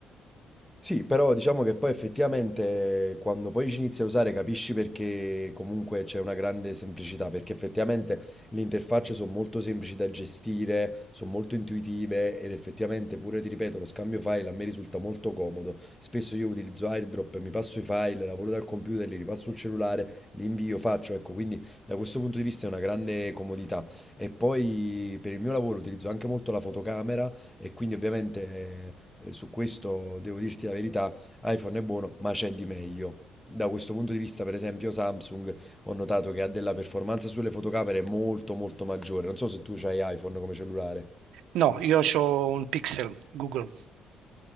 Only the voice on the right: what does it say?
No, io ho un Pixel Google.